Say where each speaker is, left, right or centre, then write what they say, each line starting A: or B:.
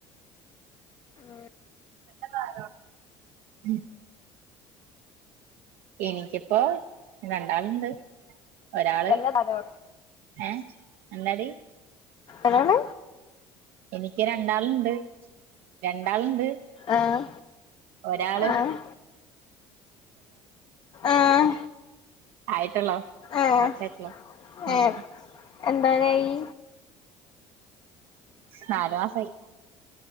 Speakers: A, on the left; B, on the right.
A: ആഹ്
B: പെട്ടന്നാലൊ ഉം എനിക്കിപ്പോ രണ്ടാള്ണ്ട് ഒരാള്
A: വല്ല തലോ
B: ഏ എന്താടി
A: ഏതാണ്
B: എനിക്ക് രണ്ടാള്ണ്ട് രണ്ടാള്ണ്ട്
A: ആഹ്
B: ഒരാള്
A: ആഹ് ആഹ്
B: ആയിട്ടൊള്ളോ
A: ആഹ്
B: കുറച്ചായിട്ട്ള്ളൂ ഉം
A: ഏഹ് എന്തോരായി
B: നാലു മാസായി